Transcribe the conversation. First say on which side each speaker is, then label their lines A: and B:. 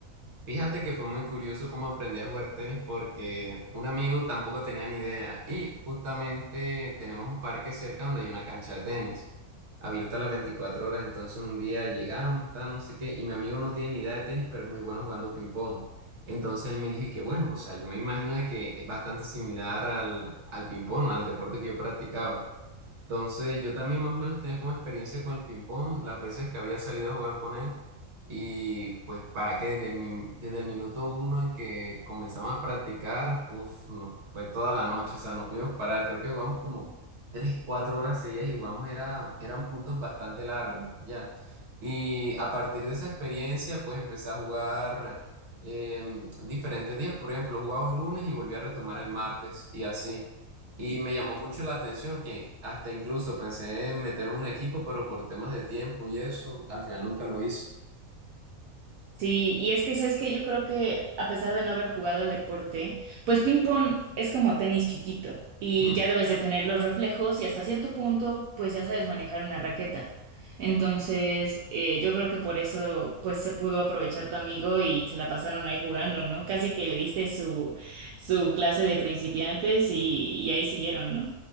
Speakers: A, on the right; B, on the right.
A: Fíjate que fue muy curioso cómo aprendí a jugar tenis porque un amigo tampoco tenía ni idea y justamente tenemos un parque cerca donde hay una cancha de tenis abierta las veinticuatro horas, entonces un día llegamos, tal, no sé qué, y mi amigo no tiene ni idea de tenis, pero es muy bueno jugando ping-pong. Entonces él me dijo, y que bueno, o sea, yo me imagino de que es bastante similar al, al ping-pong, al deporte que yo practicaba. Entonces, yo también más o menos tenía como experiencia con el ping-pong, las veces que había salido a jugar con él. Y pues, para que desde el, min- desde el minuto uno en que comenzamos a practicar, uf, no, fue toda la noche, o sea, no pudimos parar. Creo que jugamos como tres, cuatro horas seguidas y jugamos, era, eran puntos bastante largos, ya. Y a partir de esa experiencia, pues empecé a jugar em, diferentes días. Por ejemplo, jugaba un lunes y volví a retomar el martes, y así. Y me llamó mucho la atención que hasta incluso pensé en meter un equipo, pero por temas de tiempo y eso, al final nunca lo hice.
B: Sí, y es que, ¿sabes que Yo creo que a pesar de no haber jugado el deporte, pues ping pong es como tenis chiquito y
A: Mm.
B: ya debes de tener los reflejos y hasta cierto punto, pues ya sabes manejar una raqueta. Entonces, eh, yo creo que por eso, pues se pudo aprovechar tu amigo y se la pasaron ahí jugando, ¿no? Casi que le diste su, su clase de principiantes y, y ahí siguieron, ¿no?